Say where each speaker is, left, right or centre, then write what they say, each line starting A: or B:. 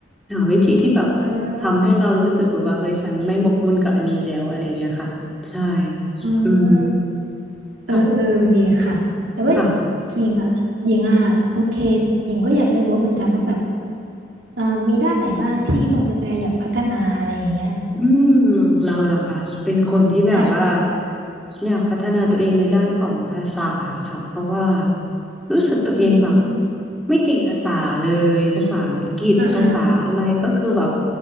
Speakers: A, in the centre; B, on the right (about 70°).
A: หาวิธีที่แบบ
B: อ่
A: ทำให้เรารู้สึกแบบว่าเฮ้ยฉันไม่หมกมุ่นกับอันนี้แล้วอะไรเงี้ยค่ะใช่
B: าอืม
A: อืม
B: เออเออดีค่ะแต่ว่า
A: ค่ะค่ะ
B: หญิงอ่ะหญิงอ่ะโอเคหญิงก็อยากจะรู้เหมือนกันว่าแบบเอ่อมีด้านไหนบ้างที่คุณกระแตอยากพัฒนาอะไรอย่างเงี้ย
A: อืมเราล่ะคะเป็นคนที่แบบว่า
B: ค่ะ
A: อยากพัฒนาตัวเองในด้านของภาษาค่ะเพราะว่ารู้สึกตัวเองแบบ
B: อืม
A: ไม่เก่งภาษาเลยภาษาอังกฤษภาษาอะไรก็คือแบบ
B: อ่าอ่า